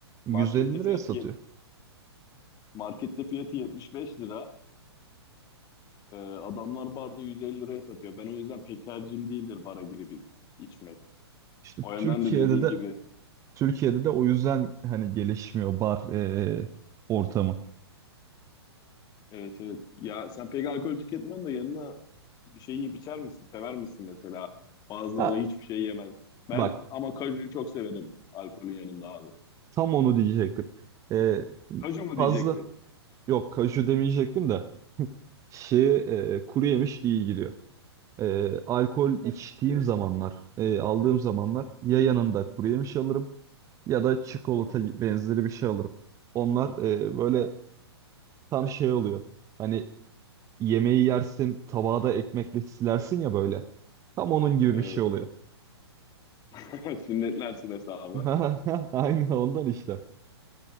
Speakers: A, on the right (about 20°); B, on the left (about 30°).
A: 150
B: markette
A: liraya
B: fiyatı
A: satıyor.
B: Markette fiyatı 75 lira. Ee, adamlar barda 150 liraya satıyor. Ben o yüzden pek tercihim değildir bara girip iç- içmek.
A: İşte
B: O yönden
A: Türkiye'de
B: de dediğin
A: de
B: gibi
A: Türkiye'de de o yüzden hani gelişmiyor bar e, ortamı.
B: evet evet. Ya sen pek alkol tüketmiyorsun da yanına bir şey yiyip içer misin? Sever misin mesela? Bazıları
A: Ha
B: hiçbir şey yemez. Ben
A: bak.
B: ama kajuyu çok severim alkolün yanında abi.
A: Tam onu diyecektim. Ee,
B: Kaju mu
A: fazla
B: diyecektin?
A: yok kaju demeyecektim de <laughs> şey e, kuru yemiş iyi gidiyor. Ee, alkol içtiğim zamanlar, e, aldığım zamanlar ya yanında kuru yemiş alırım ya da çikolata
B: Hı hı.
A: benzeri bir şey alırım. Onlar e, böyle tam şey oluyor. Hani yemeği yersin, tabağı da ekmekle silersin ya böyle. Tam onun gibi
B: Evet.
A: bir şey oluyor.
B: <laughs> Sünnetlersin hesabı.
A: <laughs> Aynı ondan işte.